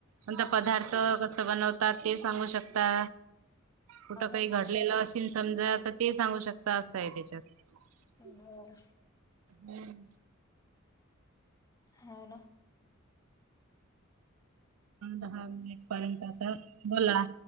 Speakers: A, on the right; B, on the left.
A: नंतर पदार्थ कस बनवतात ते सांगू शकता कुठं
B: हाव ना
A: काही घडलेलं असल समजा तर ते सांगू शकता अस आहे त्याच्यात
B: बर
A: हम्म
B: होय ना
A: दहा मिनिट पर्यंत आता बोला